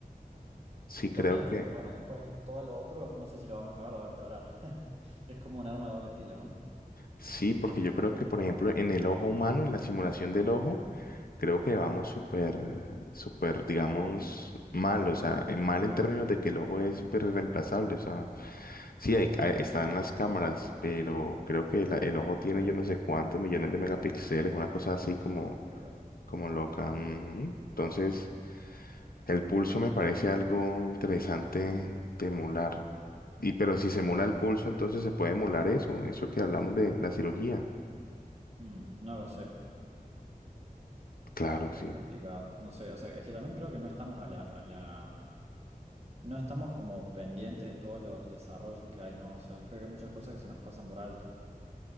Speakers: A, on the left; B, on the right.
A: Sí, creo
B: Yo pienso,
A: que
B: pero bueno, después el- todo lo otro, no sé si lo va a mejorar o va a empeorar. <laughs> Es como un arma de doble filo, ¿no?
A: sí, porque yo creo que, por ejemplo, en el ojo humano, en la simulación del ojo, creo que vamos súper, súper, digamos, mal. O sea, en- mal en términos de que el ojo es súper irreemplazable. O sea, sí, hay, hay- están las cámaras, pero creo que la- el ojo tiene yo no sé cuántos millones de megapíxeles, una cosa así
B: Sí,
A: como,
B: tal cual.
A: como loca. ujú. Entonces... El pulso me parece algo interesante de emular. Y pero si se emula el pulso, entonces se puede emular eso, eso que hablamos de la cirugía.
B: Mm, no lo sé,
A: Claro, sí.
B: es complicado, no sé, o sea, es que también creo que no estamos a la, a la, no estamos como pendientes de todos los desarrollos que hay, ¿no? O sea, creo que hay muchas cosas que se nos pasan por alto.